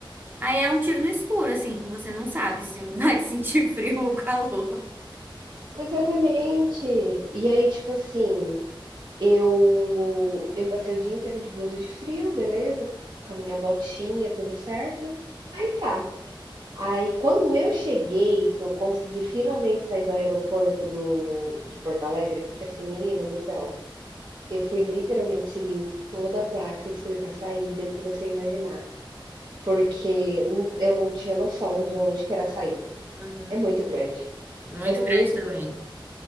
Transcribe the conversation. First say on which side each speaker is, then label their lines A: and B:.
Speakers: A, on the right (about 20°); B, on the right (about 55°).
A: Aí é um tiro no escuro, assim. Você não sabe se <laughs> vai sentir frio ou calor.
B: exatamente. E aí, tipo assim, eu eu passei o dia inteiro de blusa de frio, beleza, com a minha botinha, tudo certo. Aí tá, Aí, quando eu cheguei, que eu consegui finalmente sair do aeroporto do de Porto Alegre, porque assim, menina do céu, eu fui literalmente seguindo toda a placa escrita saída que você imaginar, porque n eu não tinha noção de onde que era a saída.
A: Hum,
B: É muito grande,
A: muito
B: é muito
A: grande também.
B: grande.